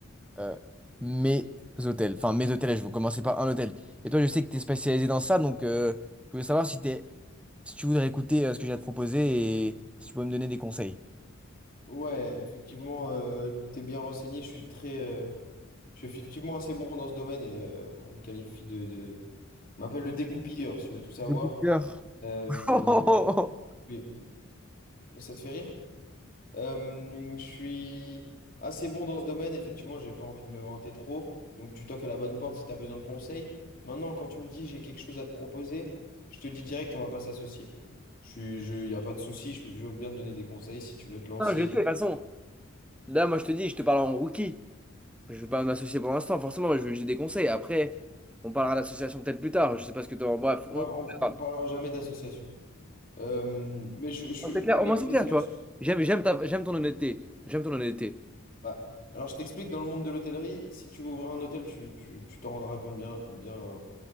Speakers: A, in the centre; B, on the left.
A: euh, mes hôtels. Enfin, mes hôtels, je vais commencer par un hôtel. Et toi, je sais que tu es spécialisé dans ça, donc euh, je voulais savoir si t'es si tu voudrais écouter euh, ce que j'ai à te proposer et si tu peux me donner des conseils.
B: Ouais, effectivement, euh, t'es bien renseigné. Je suis très, euh, je suis effectivement assez bon dans ce domaine et euh, on me qualifie de, de- on m'appelle le dégoupilleur, si tu veux tout savoir.
A: Mon coup de cœur.
B: Euh,
A: <laughs>
B: puis- ça te fait rire? Euh, je suis assez bon dans ce domaine, effectivement, j'ai pas envie de me vanter trop. Donc, tu toques à la bonne porte si tu as besoin de conseils. Maintenant, quand tu me dis j'ai quelque chose à te proposer, je te dis direct, on va pas s'associer. Je suis, je, y a pas de souci, je peux je veux bien te donner des conseils si tu veux te lancer
A: Non, je sais, de toute façon, là, moi, je te dis, je te parle en rookie. Je veux pas m'associer pour l'instant, forcément, mais je- j'ai des conseils. Après, on parlera de l'association peut-être plus tard. Je sais pas ce que tu en. Bref,
B: On
A: on
B: par- on-
A: verra.
B: on parlera jamais d'association. Euh, mais je, je- suis
A: Non, C'est clair,
B: avec
A: au moins c'est
B: plaisir.
A: clair, tu vois. J'aime, j'aime ta- j'aime ton honnêteté. J'aime ton honnêteté.
B: bah, alors, je t'explique, dans le monde de l'hôtellerie, si tu veux ouvrir un hôtel, tu, tu- tu t'en rendras compte bien, bien